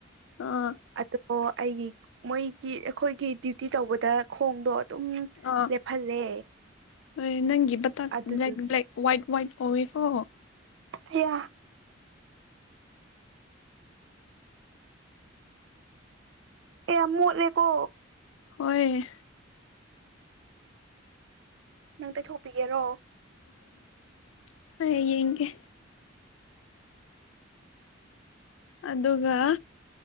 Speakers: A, on the left; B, on the right.
A: ꯑꯥ
B: ꯑꯗꯣ ꯑꯩꯒꯤ ꯃꯣꯏꯒꯤ ꯑꯩꯈꯣꯏꯒꯤ ꯗ꯭ꯌꯨꯇꯤ ꯇꯧꯕꯗ ꯈꯣꯡꯗꯣ ꯑꯗꯨꯝ
A: ꯑꯥ
B: ꯂꯦꯞꯍꯜꯂꯦ
A: ꯍꯣꯏ ꯅꯪꯒꯤ ꯕꯇꯥꯛ
B: ꯑꯗꯨꯗꯨꯒꯤ
A: ꯕ꯭ꯂꯦꯛ ꯕ꯭ꯂꯦꯛ ꯋꯥꯏꯠ ꯋꯥꯏꯠ ꯀꯧꯋꯦꯀꯣ
B: ꯑꯌꯥ ꯑꯦ ꯃꯣꯠꯂꯦꯀꯣ
A: ꯍꯣꯏ
B: ꯅꯪ ꯇꯩꯊꯣꯛꯄꯤꯒꯦꯔꯣ
A: ꯎ <unintelligible> ꯍ ꯌꯦꯡꯒꯦ ꯑꯗꯨꯒ